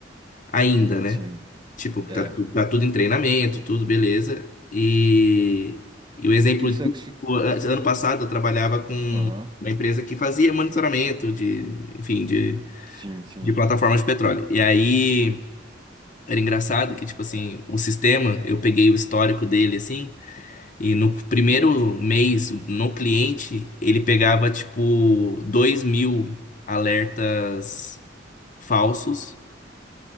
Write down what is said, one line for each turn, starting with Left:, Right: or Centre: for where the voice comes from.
Left: Ainda, né?
Right: sim.
Left: Tipo,
Right: É.
Left: tá, tu- tá tudo em treinamento, tudo beleza. E, e o exemplo
Right: Isso
Left: de
Right: é que se.
Left: o- an- ano passado eu trabalhava com
Right: Aham.
Left: uma empresa que fazia monitoramento de, enfim, de,
Right: Sim, sim.
Left: de plataformas de petróleo. E aí era engraçado que, tipo assim, o sistema, eu peguei o histórico dele assim, e no primeiro mês, no cliente, ele pegava, tipo, dois mil alertas falsos